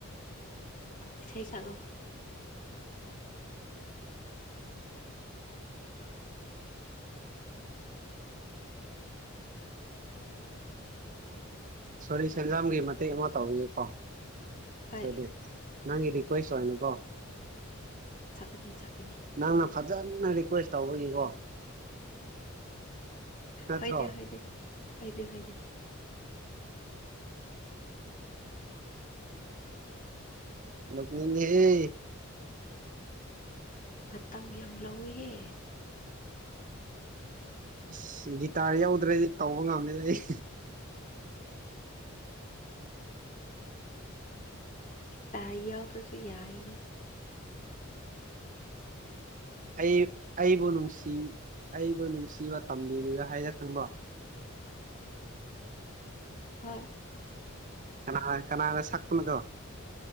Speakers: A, on the left; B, on the right.
A: ꯏꯁꯩ ꯁꯒ
B: ꯁꯣꯔꯤ ꯁꯦꯟꯖꯥꯝꯒꯤ ꯃꯇꯦꯛ ꯑꯃ ꯇꯧꯏꯌꯦꯀꯣ
A: ꯍꯣꯏ
B: ꯑꯗꯨ ꯅꯪꯒꯤ ꯔꯤꯀ꯭ꯋꯦꯁ ꯍꯥꯏꯅꯀꯣ
A: ꯁꯒꯗꯦ ꯆꯒꯨꯝ
B: ꯅꯪꯅ ꯐꯖꯅ ꯔꯤꯀ꯭ꯋꯦꯁ ꯇꯧꯕꯒꯤꯀꯣ ꯅꯠꯇ꯭ꯔꯣ
A: ꯍꯅꯦ ꯍꯅꯦ ꯍꯅꯦ ꯍꯅꯦ
B: ꯃꯅꯤ ꯍꯦ
A: ꯠꯇꯝ ꯑꯝ ꯂꯧꯎꯌꯦ
B: ꯑꯁ ꯒꯤꯇꯥꯔ ꯌꯧꯗ꯭ꯔꯗꯤ ꯇꯧꯕ ꯉꯝꯃꯦ ꯑꯩ
A: ꯇꯏ ꯌꯥꯎ ꯇꯁꯤ ꯌꯥꯏꯅꯦ
B: ꯑꯩ ꯑꯩꯕꯨ ꯅꯨꯡꯁꯤ ꯑꯩꯕꯨ ꯅꯨꯡꯁꯤꯕ ꯇꯝꯕꯤꯔꯤꯉ ꯍꯥꯏꯔꯦ ꯈꯪꯕꯣ
A: ꯍꯣꯏ
B: ꯀꯅꯥ ꯀꯅꯥꯅ ꯁꯛꯇꯕꯗꯣ